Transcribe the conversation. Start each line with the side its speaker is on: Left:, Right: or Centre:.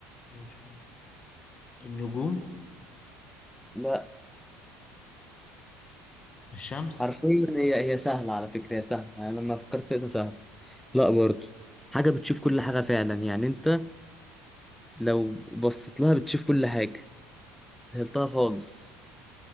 Left: أنا مش- النجوم
Centre: لا
Left: الشمس
Centre: حرفيا هي هي سهلة على فكرة هي سهلة أنا لما فكرت فيها سهلة لا برضو حاجة بتشوف كل حاجة فعلا يعني أنت لو بصيت لها بتشوف كل حاجة سهلتها خالص